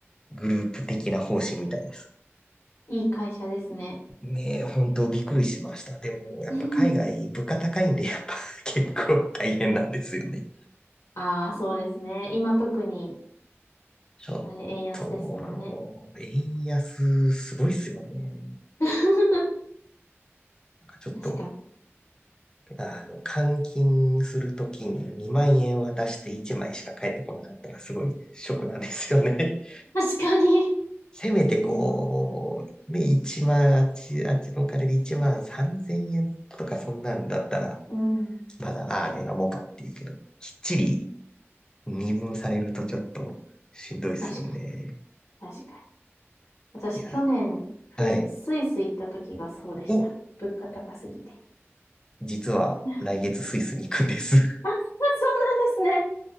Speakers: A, on the left; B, on the left.
A: グループ的な方針みたいです。
B: いい会社ですね。
A: ねえ、本当びっくりしました。でもやっぱ海外物価高いんでやっぱ結構大変なんですよね。
B: <laughs> ああ、そうですね。今特に、
A: ちょっと、
B: あれ、円安ですもんね。
A: 円安すごいっすよね。
B: <laughs>
A: ちょっと、
B: 確かに。
A: あの、換金するときに2万円渡して1枚しか返ってこなかったらすごいショックなんですよね。<laughs>
B: <laughs> 確かに。
A: せめてこう、
B: これを。
A: ね、1万、あっち、あっちのお金で1万3000円とかそんなんだったら、
B: うん。
A: まだ、ああ、どんなもんかっていうけど、きっちり二分されるとちょっとしんどいですよね。
B: 確かに。確かに。私、
A: いや、
B: 去年、ふ、
A: はい。
B: スイス行った時がそうでした。
A: を、
B: 物価高すぎて。
A: 実は来月スイスに行くんです。
B: <laughs> あ、そうなんですね。